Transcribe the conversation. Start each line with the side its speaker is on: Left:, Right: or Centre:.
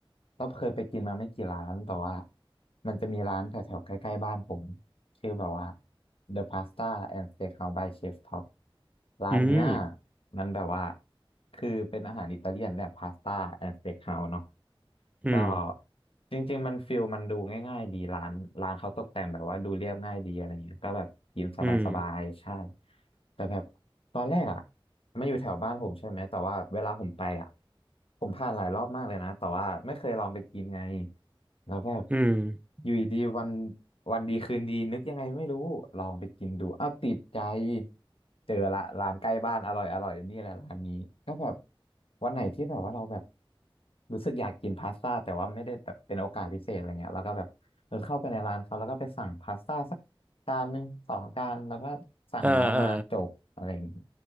Left: เราเคยไปกินมาไม่กี่ร้านแต่ว่ามันจะมีร้านแถวๆใกล้ๆบ้านผม คือแบบว่า The Pasta and Steakhouse by Chef Top ร้านเนี้ย
Right: อืม
Left: มันแบบว่าคือเป็นอาหารอิตาเลียนแบบพาสต้าแอนด์สเต็กเฮาส์เนาะ
Right: อืม
Left: ก็จริงๆมันฟิลมันดูง่ายๆดีร้านร้านเขาตกแต่งแบบว่าดูเรียบง่ายดีอะไรเงี้ยก็แบบกินสบายๆใช่
Right: อืม
Left: แต่แบบตอนแรกอ่ะไม่อยู่แถวบ้านผมใช่ไหมแต่ว่าเวลาผมไปอ่ะผมผ่านหลายรอบมากเลยนะแต่ว่าไม่เคยลองไปกินไง แล้วแบบ
Right: อืม
Left: อยู่ดีๆวัน
Right: <laughs>
Left: วันดีคืนดีนึกยังไงไม่รู้ลองไปกินดูอ้าวติดใจเจอละร้านใกล้บ้านอร่อยอร่อยนี่แหละร้านนี้ก็แบบวันไหนที่แบบว่าเราแบบรู้สึกอยากกินพาสต้าแต่ว่าไม่ได้แบบเป็นโอกาสพิเศษอะไรเงี้ยแล้วก็แบบเออเข้าไปในร้านเขาแล้วก็ไปสั่งพาสต้าสักจานหนึ่งสองจานแล้วก็สั่งน้ำมาจบอะไรอย่างงี้
Right: เออเออ